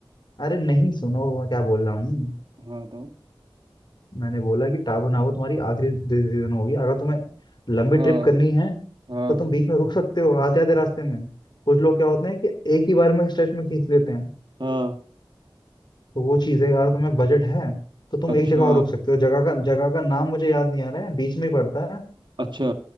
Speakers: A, on the left (about 55°); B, on the right (about 60°).
A: अरे नहीं सुनो मैं क्या बोल रहा हूँ
B: हाँ बताओ
A: मैंने बोला कि टाबू नाबू तुम्हारी आखिरी डिसीजन होगी अगर तुम्हें लंबी
B: हाँ
A: ट्रिप करनी है
B: हाँ
A: तो तुम बीच में रुक सकते हो आधे आधे रास्ते में कुछ लोग क्या होते हैं कि एक ही बार में स्ट्रेच में खींच लेते हैं
B: हाँ
A: तो वो चीज़ है अगर तुम्हें बजट है तो तुम
B: अच्छा
A: एक जगह और रुक सकते हो जगह का जगह का नाम मुझे याद नहीं आ रहा है बीच में ही पड़ता है
B: अच्छा